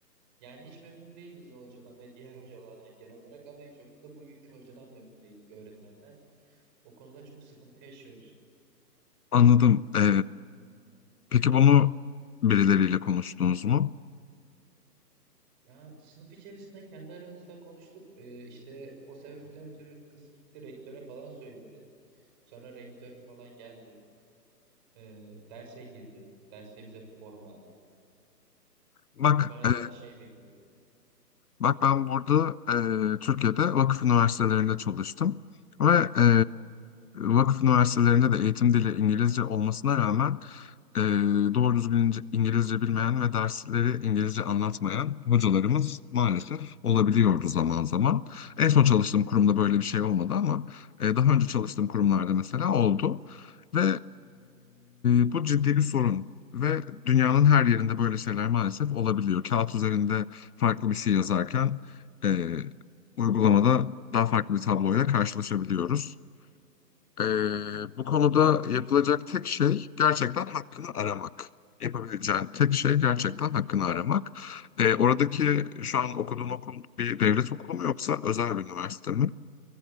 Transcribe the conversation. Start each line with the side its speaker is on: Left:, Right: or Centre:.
Right: Yani hiç memnun değiliz o hocadan ve diğer hocalardan genel olarak ama en çok da bugünkü hocadan memnun değildik öğretmenden. O konuda çok sıkıntı yaşıyoruz.
Left: Anladım. Ee, peki bunu birileriyle konuştunuz mu?
Right: Ya sınıf içerisinde kendi aramızda konuştuk. Ee, işte o sebepten ötürü kız gitti rektöre falan söyledi. Sonra rektör falan geldi. Ee, derse girdi. Derste bize form verdi.
Left: Bak,
Right: Sonra
Left: e,
Right: da şey bekliyoruz.
Left: Bak ben burada e, Türkiye'de vakıf üniversitelerinde çalıştım ve e, vakıf üniversitelerinde de eğitim dili İngilizce olmasına rağmen e, doğru düzgün İngilizce İngilizce bilmeyen ve dersleri İngilizce anlatmayan hocalarımız maalesef olabiliyordu zaman zaman. En son çalıştığım kurumda böyle bir şey olmadı ama e, daha önce çalıştığım kurumlarda mesela oldu ve e, bu ciddi bir sorun. Ve dünyanın her yerinde böyle şeyler maalesef olabiliyor. Kağıt üzerinde farklı bir şey yazarken e, uygulamada daha farklı bir tabloyla karşılaşabiliyoruz. E, bu konuda yapılacak tek şey gerçekten hakkını aramak. Yapabileceğin tek şey gerçekten hakkını aramak. E, oradaki şu an okuduğun okul bir devlet okulu mu yoksa özel bir üniversite mi?